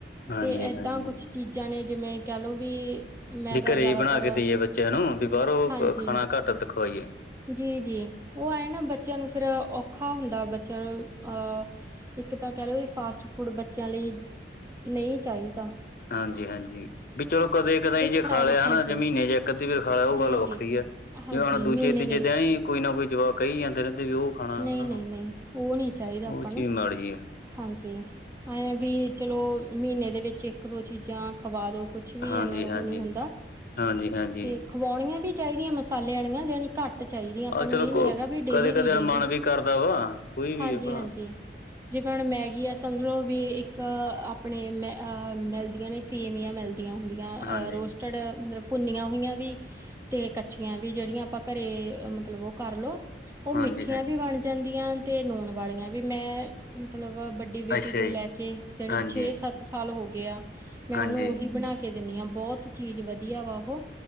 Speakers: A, on the left; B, on the right.
A: ਹਾਂਜੀ-ਹਾਂਜੀ।
B: ਤੇ ਏਦਾਂ ਕੁਛ ਚੀਜਾ ਨੇ ਜਿਵੇਂ ਕੈ ਲੋ ਵੀ ਮੈਂ
A: ਵੀ
B: ਤਾਂ
A: ਘਰੇ
B: ਜ਼ਿਆਦਾਤਰ
A: ਹੀ ਬਨਾ ਕੇ ਦੇਈਏ ਬੱਚੇਆਂ ਨੂੰ ਵੀ ਬਾਹਰੋਂ
B: ਹਾਂਜੀ
A: ਖਾਨਾ ਘੱਟ ਖਵਾਈਏ।
B: ਜੀ ਜੀ, ਉਹ ਆਂਏ ਨਾ ਬੱਚੇਆਂ ਨੂੰ ਫੇਰ ਔਖਾ ਹੁੰਦਾ ਬੱਚੇਆਂ ਨੂੰ ਅਹ ਇੱਕ ਤਾਂ ਕਹ ਲੋ ਵੀ ਫਾਸਟ-ਫੂਡ ਬੱਚੇਆਂ ਲਈ ਨਈ ਚਾਈਦਾ।
A: ਹਾਂਜੀ ਹਾਂਜੀ, ਵੀ ਚਲੋ ਕਦੇ ਕਦਾਈ ਜੇ
B: ਖਰਾਬ
A: ਖਾ ਲਿਆ ਹੈਨਾ
B: ਹਾਂਜੀ
A: ਜੇ ਮਹੀਨੇ ਚੇ ਇੱਕ-ਅੱਧੀ ਵਾਰ ਖਾ ਲਿਆ ੳਹ
B: ਜੀ
A: ਗੱਲ ਵੱਖਰੀ
B: ਜੀ
A: ਏ।
B: ਹਾਂਜੀ
A: ਜਿਵੇਂ ਹੁਨ ਦੂਜੇ-ਤੀਜੇ
B: ਮਹੀਨੇ ਦੇ ਵਿੱਚ
A: ਦਿਨ ਹੀ ਕੋਈ ਨਾ ਕੋਈ ਜਵਾਕ ਕਹੀ ਜਾਂਦੇ ਰਹੰਦੇ ਵੀ ੳਹ ਖਾਨਾ
B: ਨਹੀਂ
A: ਹੈਨਾ,
B: ਨਹੀਂ ਨਹੀਂ ਉਹ ਨਹੀਂ ਚਾਹੀਦਾ ਆਪਾਂ
A: ੳਹ ਚੀਜ
B: ਨੂੰ
A: ਮਾੜੀ ਆ।
B: ਹਾਂਜੀ ਆਂਏ ਆ ਵੀ ਚਲੋ ਮਹੀਨੇ ਦੇ ਵਿੱਚ ਇੱਕ-ਦੋ ਚੀਜਾਂ ਖਵਾ ਦੋ ਕੁਛ ਵੀ
A: ਹਾਂਜੀ
B: ਐਵੇਂ ੳਹ
A: ਹਾਂਜੀ
B: ਨਹੀ ਹੁੰਦਾ
A: ਹਾਂਜੀ ਹਾਂਜੀ
B: ਤੇ ਖਵਾਉਣੀਆਂ ਵੀ ਚਾਈਦੀਆਂ ਮਸਾਲੇ ਆਲੀਆਂ ਜਣੀ ਘੱਟ ਚਾਈਦੀਆਂ ਆਪਾਂ
A: ਆਹ
B: ਨੂੰ
A: ਚਲੋ
B: ਏ ਨੀ
A: ਕੋ
B: ਹੈਗਾ ਵੀ ਡੇਲੀ
A: ਕਦੇ ਕਦੇ
B: ਦੀ ਡੇਲੀ,
A: ਹੁਣ ਮਨ ਵੀ ਕਰਦਾ ਵਾ ਕੋਈ ਵੀ
B: ਹਾਂਜੀ-ਹਾਂਜੀ।
A: ਆ ਭਲਾ
B: ਜਿਵੇਂ ਹੁਨ ਮੈਗੀ ਆ ਸਮਝ ਲੋ ਵੀ ਇੱਕ ਅਪਨੇ ਮੈ ਆ ਮਿਲਦੀਆਂ ਨੇ ਸ ਸੇਵੀਆਂ ਮਿਲਦੀਆਂ ਹੁੰਦੀਆਂ ਅ
A: ਹਾਂਜੀ
B: ਰੋਸਟ ਮਤਲਬ ਭੁੰਨੀਆਂ ਹੋਇਆ ਵੀ ਤੇ ਕੱਚੀਆਂ ਵੀ, ਜੇੜੀਆਂ ਆਪਾਂ ਘਰੇ ਮਤਲਬ ਉਹ ਕਰ ਲੋ, ੳਹ
A: ਹਾਂਜੀ
B: ਮਿੱਠੀਆਂ
A: ਹਾਂਜੀ
B: ਵੀ ਬਨ ਜਾਂਦੀਆਂ ਤੇ ਨੂਣ ਵਾਲੀਆਂ ਵੀ ਮੈਂ ਮਤਲਬ ਡੀ ਬੇਟੀ
A: ਅੱਛਾ
B: ਤੋਂ
A: ਜੀ
B: ਲੈ ਕੇ ਯਾਨਿ
A: ਹਾਂਜੀ
B: ਛੇ, ਸੱਤ ਸਾਲ ਹੋ ਗੇ ਆ, ਮੈਂ
A: ਹਾਂਜੀ
B: ੳਨੂੰ ੳਹੀ ਬਨਾ ਕੇ ਦੇ ਦੇਨੀ ਆ ਬੋਹਤ ਚੀਜ ਵਧੀਆ ਵਾ ਉਹ